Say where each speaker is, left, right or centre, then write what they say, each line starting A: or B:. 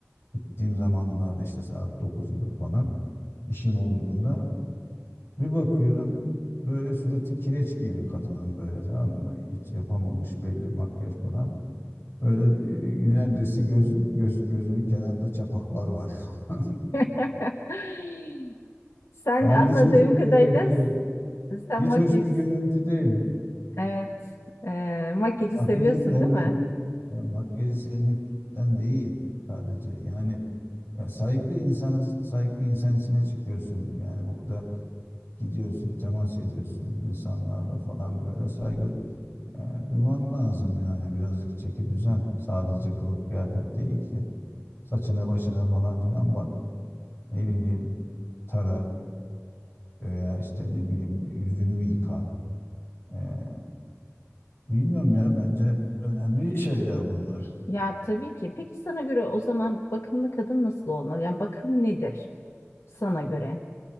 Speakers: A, on the left (about 50°); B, on the left (about 75°).
A: gittiğim zamanlarda işte saat 9 gibi falan işim olduğunda Bir bakıyorum böyle suratı kireç gibi kadının böyle tamam mı? Hiç yapamamış belli makyaj falan. Böyle e, neredeyse göz, göz, gözünün kenarında çapaklar var. <laughs> falan.
B: <laughs> Sen
A: Yani
B: anladığım
A: hiç hoş bir görüntü
B: kadarıyla
A: de,
B: sen
A: hiç
B: makyajı
A: hoş bir görüntü değil.
B: evet e, makyajı
A: Makyajı
B: seviyorsun
A: sevmek,
B: değil mi?
A: ya makyajı sevmekten değil sadece. Yani ya saygı insana, saygı insan içine çıkıyorsun. Yani burada gidiyorsun, temas ediyorsun insanlarla falan böyle saygı Yani duyman lazım yani birazcık çeki düzen. Sadece kılık kıyafet değil ki. Saçına başına falan filan bak. Ne bileyim tara veya işte ne bileyim yüzünü bir yıka. Ee, bilmiyorum ya bence önemli şeyler bunlar.
B: Ya tabii ki. Peki sana göre o zaman bakımlı kadın nasıl olmalı? Yani bakım nedir sana göre?